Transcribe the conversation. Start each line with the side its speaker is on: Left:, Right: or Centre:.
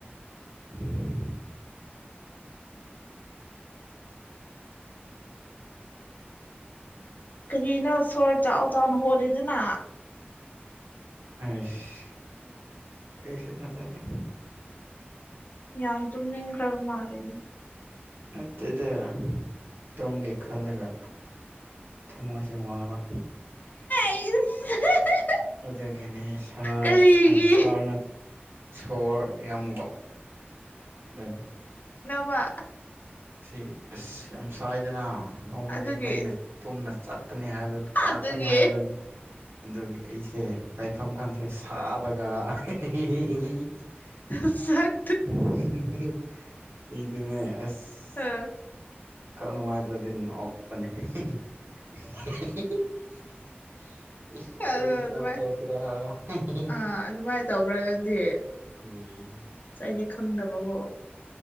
Right: <inaudible>
Left: ꯀꯔꯤꯅꯣ ꯁꯣꯔ ꯆꯥꯎ ꯆꯥꯎꯅ ꯍꯣꯜꯂꯤꯗꯨꯅ
Right: ꯑꯁ ꯀꯩꯁꯨ ꯅꯠꯇꯦꯗ
Left: ꯌꯥꯝꯅ ꯇꯨꯝꯅꯤꯡꯈꯔ ꯃꯥꯜꯂꯦꯅꯦ
Right: ꯅꯠꯇꯦꯗ ꯇꯨꯝꯒꯦ ꯈꯜꯂꯒ ꯊꯃꯣꯏꯁꯦ ꯋꯥꯕ
Left: <unintelligible>
Right: ꯑꯗꯨꯒꯤꯅꯦ ꯁꯥꯔ
Left: ꯀꯔꯤꯒꯤ
Right: ꯑ ꯁꯥꯔꯅ ꯁꯣꯔ ꯌꯥꯝ <unintelligible>
Left: ꯋꯥ
Right: ꯁꯤ ꯑꯁ ꯌꯥꯝ ꯁꯥꯏꯗꯅ ꯅꯣꯡꯃꯗꯤ
Left: ꯑꯗꯨꯒꯤ
Right: ꯃꯩꯅ ꯇꯨꯝꯅ ꯆꯥꯛꯀꯅꯤ ꯍꯥꯏꯕ ꯆꯥꯛꯀꯅꯤ
Left: ꯑꯗꯨꯒꯤ
Right: ꯍꯥꯏꯕ ꯑꯗꯨꯒꯤ ꯑꯩꯁꯦ ꯂꯥꯏꯐꯝ ꯈꯪꯗ꯭ꯔꯦ ꯁꯥꯕꯒ <unintelligible>
Left: ꯑꯁ ꯁꯛ
Right: <unintelligible> ꯑꯩꯗꯤꯅꯦ ꯑꯁ
Left: ꯎꯝ
Right: ꯈꯜ ꯅꯨꯡꯉꯥꯏꯇ꯭ꯔꯗꯤ ꯅꯣꯛꯄꯅꯦ ꯍꯦ ꯍꯦ <unintelligible> ꯏ
Left: ꯑꯗꯣ
Right: ꯀꯔꯤ ꯀ꯭ꯔꯝ
Left: ꯑꯗꯨꯃꯥꯏ
Right: ꯇꯨꯁꯤꯔꯥ ꯍꯦ ꯍꯦ ꯍꯦ
Left: ꯑꯥ ꯑꯗꯨꯃꯥꯏꯅ ꯇꯧꯕ꯭ꯔꯥ ꯅꯪꯗꯤ
Right: ꯎꯝ
Left: ꯑꯁ ꯑꯩꯗꯤ ꯈꯪꯗꯕꯀꯣ